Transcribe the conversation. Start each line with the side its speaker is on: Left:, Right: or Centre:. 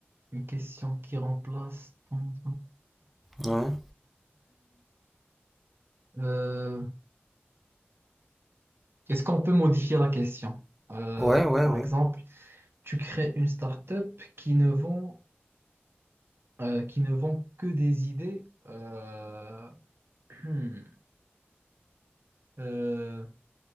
Right: Une question qui remplace ton...
Centre: Ouais,
Right: Euh, est-ce qu'on peut modifier la question? Euh,
Centre: ouais, ouais,
Right: par
Centre: ouais.
Right: exemple, tu crées une start-up qui ne vend, euh, qui ne vend que des idées, euh, hmm, euh,